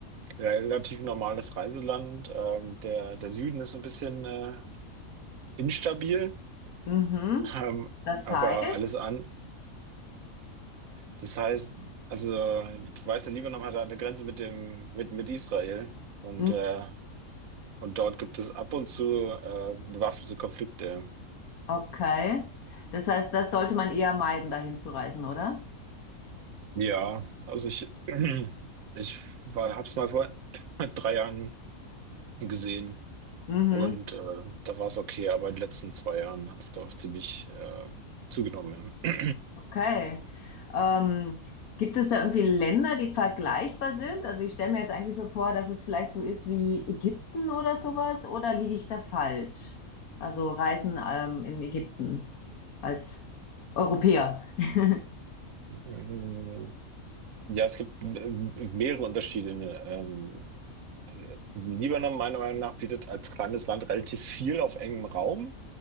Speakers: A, on the right; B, on the left.
A: relativ normales Reiseland. Ähm, der, der Süden ist ein bisschen äh, instabil,
B: Mhm.
A: <laughs> ähm,
B: Das
A: aber
B: heißt,
A: alles an. Das heißt, also, du weißt, der Libanon hat eine Grenze mit dem, mit, mit Israel und,
B: mhm,
A: äh, und dort gibt es ab und zu äh, bewaffnete Konflikte.
B: okay. Das heißt, das sollte man eher meiden, dahin zu reisen, oder?
A: Ja, also ich, <clears throat> ich war, hab's mal vor <laughs> <clears throat> drei Jahren gesehen
B: Mhm.
A: und äh, da war es okay, aber in den letzten zwei Jahren hat es doch ziemlich äh, zugenommen. Ja,
B: Okay. Ähm, gibt es da irgendwie Länder, die vergleichbar sind? Also ich stelle mir jetzt eigentlich so vor, dass es vielleicht so ist wie Ägypten oder sowas, oder liege ich da falsch? Also Reisen ähm, in Ägypten als Europäer. <laughs>
A: <clears throat> Ja, es gibt äh, mehrere Unterschiede. ne, Ähm, Libanon, meiner Meinung nach, bietet als kleines Land relativ viel auf engem Raum.